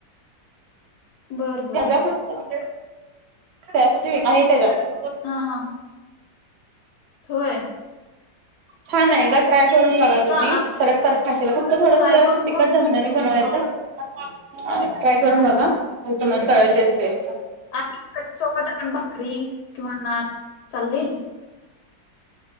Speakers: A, on the left; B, on the right.
A: बर
B: <unintelligible>
A: बर बर हा, हा. होय.
B: छान आहे गट. ट्राय करून बघा तुम्ही,
A: का
B: परत, परत खाशीला फक्त थोडंसं
A: ट्राय
B: जरासं
A: करून
B: तिखट
A: बघ
B: झणझणीत बनवायचं. ट्राय करून
A: हा
B: बघा, मग तुम्हाला कळेल तेची टेस्ट.
A: आणि त्या सोबत आपण भाकरी किंवा नान चालेल?